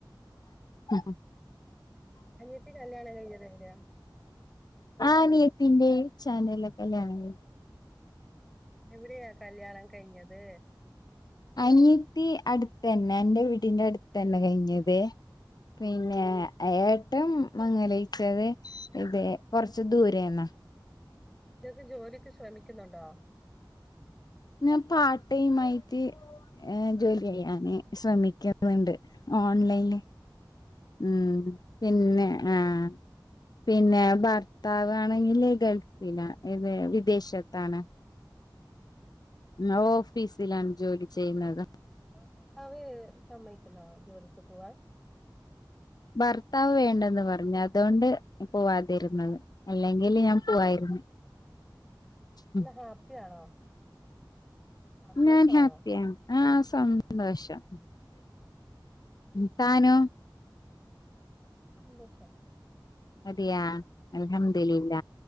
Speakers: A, on the left; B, in the centre.
A: ഉ
B: അനിയത്തി കല്ല്യാണം കഴിഞ്ഞത് എവിടെയാ
A: ആഹ് അനിയത്തിന്റെ ചാനലൊക്കെല്ലയാണ
B: എവിടെയാ കല്യാണം കഴിഞ്ഞത്
A: അനിയത്തി അടുത്തന്നെ എന്റെ വീടിന്റെ അടുത്തന്നെ കഴിഞ്ഞത് പിന്നെ ഏട്ടം മങ്ങലയിച്ചത് <unintelligible> കുറച്ച് ദൂരേന്ന
B: <unintelligible> ജോലിക്ക് ശ്രമിക്കുന്നുണ്ടോ
A: ഞാൻ പാർട്ട് ടൈം ആയിട്ട് ഏഹ് ജോലി ചെയ്യാന് ശ്രമിക്കുന്നുണ്ട് ഓൺലൈന് ഉം പിന്നെ ആഹ് പിന്നെ ഭർത്താവ് ആണെങ്കില് ഗൾഫില ഏത് വിദേശത്താണ് ന്ന ഓഫീസിലാണ് ജോലി ചെയ്യുന്നത്
B: ഭർത്താവ് സമ്മതിക്കുന്ന ജോലിക്ക് പോവാൻ
A: ഭർത്താവ് വേണ്ടെന്ന് പറഞ്ഞു അതുകൊണ്ട് പോവാതിരുന്നത് അല്ലെങ്കില് ഞാൻ പോവായിരുന്നു
B: അല്ല
A: ഉം
B: ഹാപ്പിയാണോ സന്തോഷാണോ
A: നാൻ ഹാപ്പിയാണ് ആഹ് സന്തോഷം ഉം താനോ
B: ഉ സന്തോഷണ്
A: അതെയാ അലഹംമ്മദില്ലില്ല